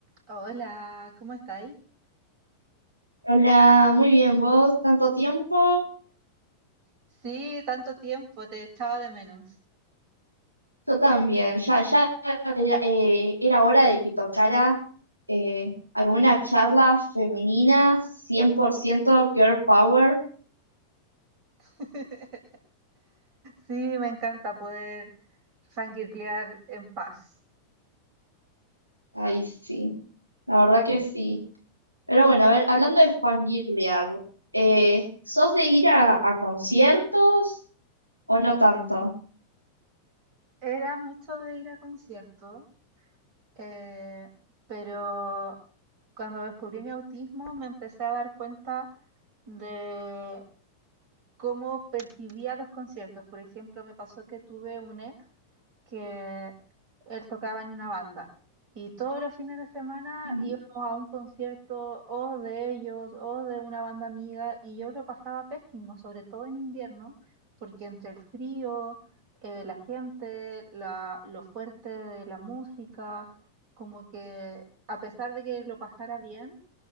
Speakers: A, on the right; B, on the right.
A: Hola, ¿cómo estáis?
B: Hola, muy bien, vos, tanto tiempo,
A: Sí, tanto tiempo, te echaba de menos.
B: yo también, ya, ya era, eh, era hora de que tocara eh, alguna charla femenina, 100% girl power,
A: <laughs> Sí, me encanta poder fangirlear en paz.
B: ay sí, la verdad que sí, pero bueno, a ver, hablando de fangirlear, eh, ¿sos de ir a, a conciertos o no tanto?
A: Era mucho de ir a conciertos, eh, pero cuando descubrí mi autismo me empecé a dar cuenta de cómo percibía los conciertos. Por ejemplo, me pasó que tuve un ex que él tocaba en una banda y todos los fines de semana
B: Mm,
A: íbamos a un concierto o de ellos o de una banda amiga y yo lo pasaba pésimo, sobre todo en invierno, porque entre el frío, eh, la gente, la- lo fuerte de la música, como que a pesar de que lo pasara bien,